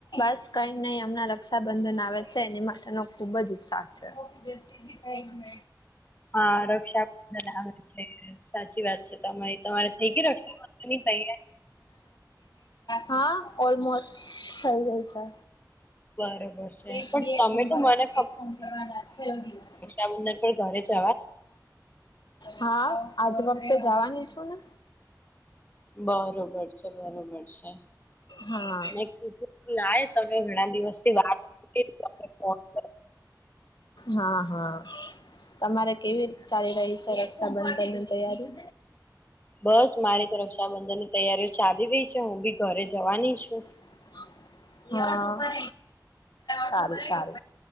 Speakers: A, on the left; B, on the left.
A: બસ કઈ નહી અમણાં રક્ષાબંધન આવે છે. એની માટેનો ખુબ જ ઉત્સાહ છે. <inaudible> ટાઈમ <inaudible>
B: હા, રક્ષાબંધન આવે છે સાચી વાત છે તમારી તમારે થઈ ગેઇ ર <unintelligible> ની તૈયારી.
A: હા! ઓલમોસ થઇ ગયી છે.
B: બરોબર છે
A: એક
B: પણ
A: બે
B: તમે
A: ફોર્મ ભરવાના
B: તો મને
A: એક ફોમ ભરવાનો છેલ્લો દિવસ
B: <unintelligible> પણ ઘરે જ
A: હા, આજ વખતે જવાની છું ને!
B: બરોબર છે! બરોબર છે!
A: હા
B: મેં કીધું લાઇ તને ઘણા દિવસથી વાત <unintelligible> ફોન. કરું.
A: હા! હા! તમારે કેવી ચાલી રહી? <unintelligible> રક્ષાબંધની તૈયારી?
B: બસ મારી તો રક્ષાબંધન ની તૈયારીઓ ચાલી રહી છે હું બી ઘરે જવાની છું.
A: <inaudible> હા, સારું- સારું